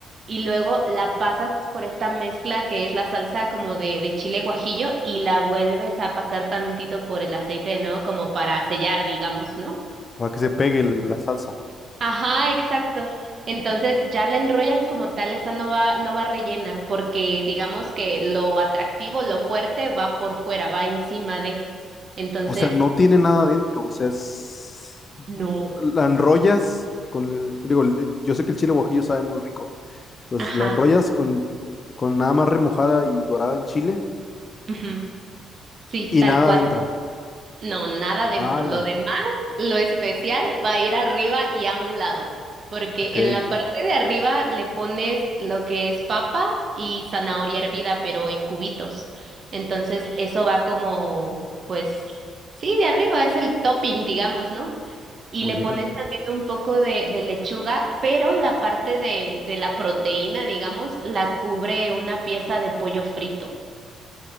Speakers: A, on the right; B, on the left.
A: y luego la pasas por esta mezcla que es la salsa como de, de chile guajillo y la vuelves a pasar tantito por el aceite de nuevo como para sellar, digamos, ¿no?
B: para que se pegue el- la salsa?
A: Ajá, exacto. Entonces ya la enrollas como tal, esa no va, no va rellena, porque digamos que lo atractivo, lo fuerte va por fuera, va encima de. Entonces,
B: O sea, no tiene nada dentro. O sea, es...
A: no.
B: La enrollas con... el- Digo, el- yo sé que el chile guajillo sabe muy rico. Entonces
A: Ajá.
B: la enrollas con, con nada más remojada y dorada en chile
A: ujú, Sí,
B: y
A: tal
B: nada
A: cual.
B: adentro.
A: No, nada dentro.
B: ¡Hala!
A: Lo demás, lo especial, va a ir arriba y a un lado, porque
B: Ok,
A: en la parte de arriba le pones lo que es papa y zanahoria hervida, pero en cubitos. Entonces, eso va como, pues, sí, de arriba es el topping, digamos, ¿no? Y
B: muy
A: le
B: bien.
A: pones también un poco de, de lechuga, pero la parte de, de la proteína, digamos, la cubre una pieza de pollo frito.